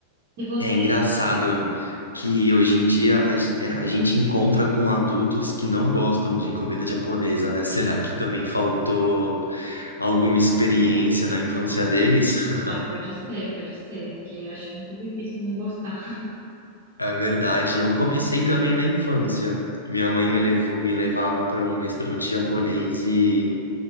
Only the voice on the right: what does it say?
E você?
Ah, pode ser, pode ser, porque eu acho muito difícil não gostar.